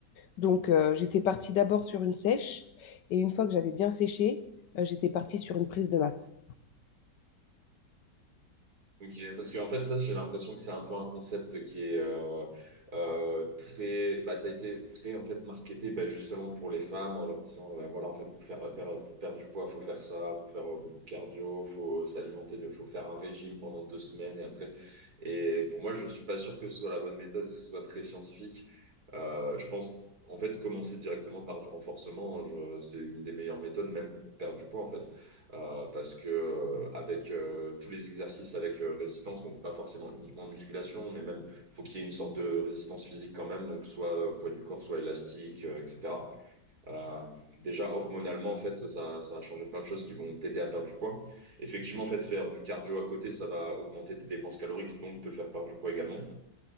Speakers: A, on the left; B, on the right.
A: Donc, euh, j'étais partie d'abord sur une sèche et une fois que j'avais bien séché, euh, j'étais partie sur une prise de masse.
B: Ok, parce qu'en fait, ça, j'ai l'impression que c'est un peu un concept qui est euh, euh, très, bah, ça a été très en fait marketé, bah, justement pour les femmes en leur disant, bah, voilà, en fait, pour faire, per- pour perdre du poids, faut faire ça, faut faire euh, beaucoup de cardio, faut s'alimenter, de- faut faire un régime pendant deux semaines et après. Et pour moi, je suis pas sûr que ce soit la bonne méthode et que ce soit très scientifique. Euh, je pense, en fait, commencer directement par du renforcement, hein, je- c'est une des meilleures méthodes, même pour perdre du poids, en fait. Euh, parce que euh, avec euh, tous les exercices avec euh, résistance, donc pas forcément uniquement de musculation, mais même faut qu'il y ait une sorte de résistance physique quand même, donc soit euh, poids du corps, soit élastique, euh, etc. Euh, déjà hormonalement en fait, ça, ça a changé plein de choses qui vont t'aider à perdre du poids. Effectivement, en fait, faire du cardio à côté, ça va augmenter tes dépenses caloriques, donc te faire perdre du poids également.